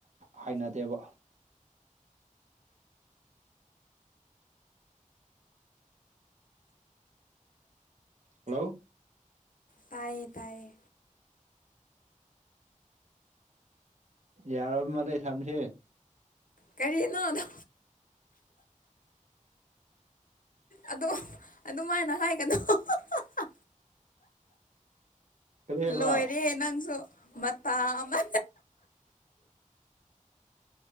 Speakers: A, on the right; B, on the left.
A: ꯍꯥꯏꯅꯗꯦꯕ ꯍꯜꯂꯣ
B: ꯇꯥꯏꯌꯦ ꯇꯥꯏꯌꯦ
A: ꯌꯥꯔꯃꯂꯦ ꯊꯝꯁꯦ
B: ꯀꯔꯤꯅꯣ ꯑꯍ ꯑꯗꯣ ꯑꯗꯨꯃꯥꯏꯅ ꯍꯥꯏꯒꯅꯣ ꯑꯍꯥꯍꯥꯍꯥ
A: ꯀꯔꯤ ꯍꯥꯏꯕ
B: ꯂꯣꯏꯔꯦ ꯅꯪꯁꯨ ꯃꯥꯇ ꯑꯃ